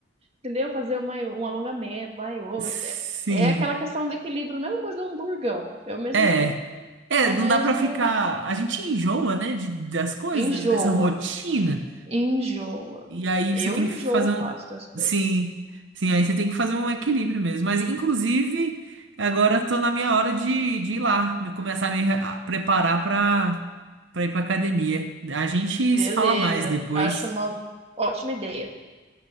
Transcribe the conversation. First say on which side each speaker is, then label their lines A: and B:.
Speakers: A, on the right (about 35°); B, on the right (about 90°).
A: entendeu? Fazer uma, um alongamento, uma yoga.
B: Sim,
A: É, é aquela questão do equilíbrio, a mesma coisa do hamburgão. É o mesmo,
B: é. É,
A: o mesmo
B: não dá pra ficar. A gente enjoa, né, de, das coisas,
A: enjoa,
B: dessa rotina.
A: enjoa.
B: E aí
A: Eu
B: você tem
A: enjoo
B: que fazer um.
A: fácil das coisas.
B: Sim, sim, aí você tem que fazer um equilíbrio mesmo. Mas, inclusive, agora tô na minha hora de, de ir lá, me- começar a me re- a preparar pra, pra ir pra academia. A gente
A: Beleza,
B: se fala mais depois.
A: acho uma ótima ideia.